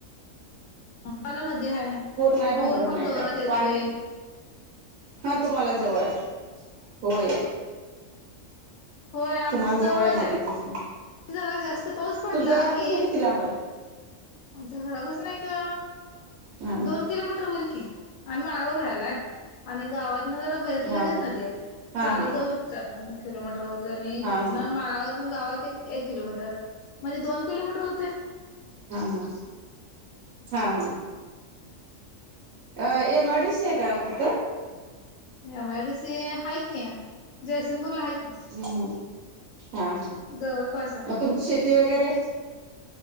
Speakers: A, on the left; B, on the right.
A: मला नदी आहे
B: नाही भानगड
A: पूर पण
B: नाही
A: जोरात
B: काय
A: येतोय
B: पाणी हा तुम्हाला जवळ आहे होय
A: होय आमच्या
B: तुम्हाला
A: जवळच
B: जवळ नदी
A: आहे
B: तिथन
A: जरा जास्त पाऊस पडला
B: तुमच्या घरापासून
A: की
B: किती लांब आहे
A: आमच्या घरापसून आहे का
B: हा
A: दोन किलोमीटर होईल का आ्ही माळावर राहिलाय आणि गावात जरा बाहेर
B: हा
A: लगेच
B: हा
A: न
B: हा
A: चालत
B: हा
A: जाऊ शकत आपण एक किलोमीटर वर आणि
B: हा
A: इथन
B: हा
A: माळावर ग गावात एक एक किलोमीटर म्हणजे दोन किलोमीटर होते
B: हा हा हा हा अ ए मीश का आत
A: एम आयडी सी हाक आहे जयसिंगपूरला ह
B: हम् हा हा
A: जवळपास आहे
B: मग तुमची शेती वगैरे